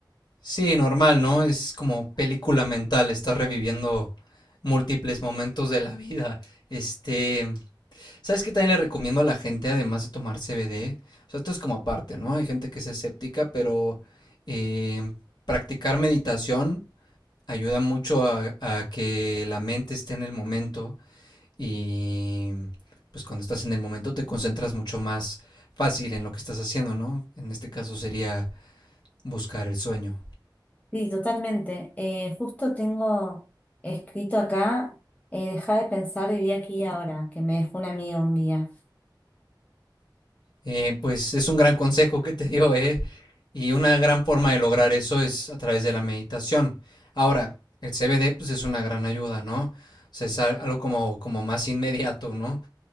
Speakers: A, on the left; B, on the left.
A: Sí, normal, ¿no? Es como película mental, estás reviviendo múltiples momentos de la vida. Este, ¿Sabes qué también le recomiendo a la gente, además de tomar CBD? O sea, esto es como aparte, ¿no? Hay gente que es escéptica, pero eh, practicar meditación ayuda mucho a, a que la mente esté en el momento y pues cuando estás en el momento te concentras mucho más fácil en lo que estás haciendo, ¿no? En este caso sería buscar el sueño.
B: Sí, totalmente. Eh, justo tengo escrito acá, eh, deja de pensar, viví aquí y ahora, que me dejó un amigo un día.
A: Eh, pues es un gran consejo que te dio, ¿eh? Y una gran forma de lograr eso es a través de la meditación. Ahora, el CBD pues es una gran ayuda, ¿no? O sea, es al- algo como, como más inmediato, ¿no?